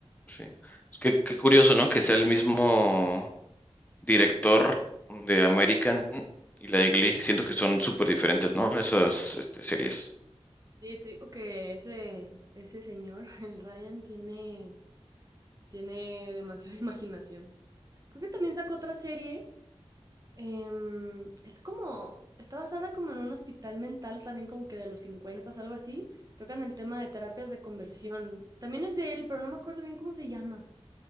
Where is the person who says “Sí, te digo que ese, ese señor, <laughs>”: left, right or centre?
Right